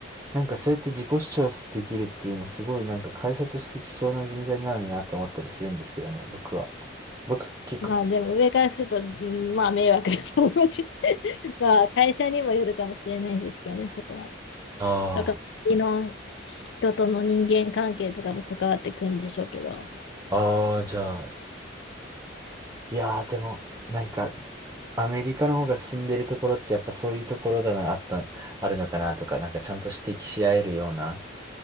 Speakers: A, on the right; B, on the left.
A: なんかそうやって自己主張できるっていうのすごいなんか会社として貴重な人材なのになと思ったりするんですけどね、僕は。僕結構。
B: まあでも上からすると、うんまあ迷惑だと思って。<laughs> まあ会社にもよるかもしれないんですけどね、そこは。
A: あ
B: だから、周りの人との人間関係とかも関わってくるんでしょうけど、
A: あ、ああ、じゃあ、いやー、でも、なんか、アメリカの方が住んでるところってやっぱそういうところだな、あった、あるのかなとか、なんかちゃんと指摘し合えるような